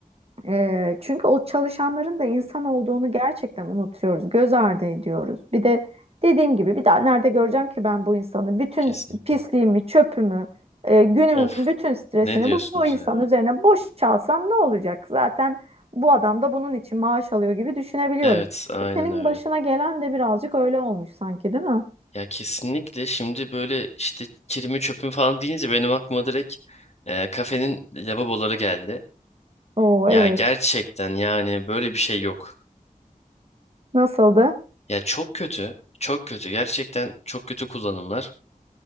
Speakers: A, on the right; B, on the left.
A: E, çünkü o çalışanların da insan olduğunu gerçekten unutuyoruz, göz ardı ediyoruz. Bir de dediğim gibi bir daha nerede göreceğim ki ben bu insanı? Bütün
B: Kesinlikle.
A: pisliğimi, çöpümü, e, günümün
B: Of.
A: bütün stresini
B: Ne diyorsunuz
A: bu, bu insanın
B: ya?
A: üzerine boşalsam ne olacak? Zaten bu adam da bunun için maaş alıyor gibi düşünebiliyoruz.
B: Evet, aynen
A: E, Senin
B: öyle.
A: başına gelen de birazcık öyle olmuş sanki, değil mi?
B: Ya kesinlikle şimdi böyle işte kirimi çöpüm falan deyince benim aklıma direkt e, kafenin lavaboları geldi.
A: Oo
B: Ya
A: evet.
B: gerçekten yani böyle bir şey yok.
A: Nasıldı?
B: Ya çok kötü, çok kötü. Gerçekten çok kötü kullanımlar.